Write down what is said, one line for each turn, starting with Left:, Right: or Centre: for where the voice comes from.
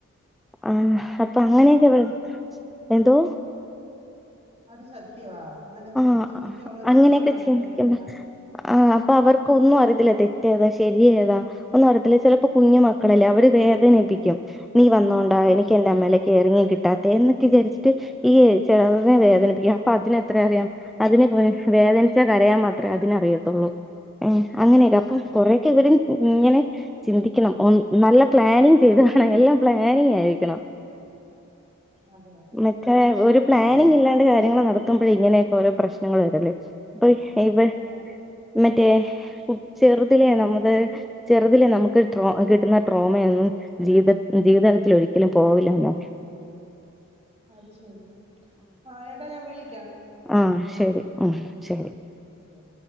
Centre: ആ അപ്പൊ
Right: അത്
Centre: അങ്ങനെയൊക്കെ
Right: സത്യവാ
Centre: ഇടെ എന്തോ
Right: അത് സത്യവാ അങ്ങനെ ചി-
Centre: ആ
Right: ചിന്തിക്കാനുള്ള ഒരു
Centre: അങ്ങനെയൊക്കെ
Right: പ്രായമായിട്ടേ
Centre: ചിന്തിക്കുമ്പോ
Right: രണ്ടാമ
Centre: ആ അപ്പൊ അവർക്ക് ഒന്നും അറിതില്ല തെ റ്റേതാ ശരിയഏതാ ഒന്നും പറരത്തില്ല ചിലപ്പോ കുഞ്ഞു മക്കളല്ലേ അവര് വേദനിപ്പിക്കും നീ വന്നോൊണ്ടാ എനിക്ക് എൻന്റെറെ അമ്മയുടെ കെയറിങ് കിട്ടാത്ത എന്നക്കെ വിചാരിച്ചിട്ട് ഈ ചെറുതിനെ വേദനിപ്പിക്കും അപ്പൊ അതിന അതിനെന്തറിയാം അതിന് വേദനിച്ചാൽ കരയാൻ മാത്രമേ അതിനറിയത്തുള്ളൂ അങ്ങനെയൊക്കെ അപ്പം
Right: അതെ
Centre: കൊറൊക്കെ ഇവര് ഇങ്ങനെ ചിന്തിക്കണം നല്ല പ്ലാനിങ് ചെയ്ത് വേണം എല്ലാം പ്ലാനിങ് ആയിരിക്കണം
Right: അതെ അതെ
Centre: മറ്റേ ഒരു
Right: അത്
Centre: പ്ലാനിങ്
Right: ശരിയാ
Centre: ഇല്ലാണ്ട് കാര്യങ്ങൾ നടത്ത വളർത്തുമ്പോൾ ഇങ്ങനെയൊക്ക ഓരോ പ്രശ്നങ്ങളും വരല്ലേ <unintelligible>
Right: ആ
Centre: മറ്റേ ഉ ചെറുതിലേ നമ്മത് ചെറുതിലേ നമുക്ക് ട്രോ കിട്ടുന്ന ട്രോമയൊന്നും ജീത ജീവിതലത്തി ഒരിക്കലും പോവില്ലന്നോ
Right: അത് ശെരിയാ ആ എടാ ഞാൻ വിള
Centre: ആഹ ശരി ആ ശരി
Right: ശരിയെടാ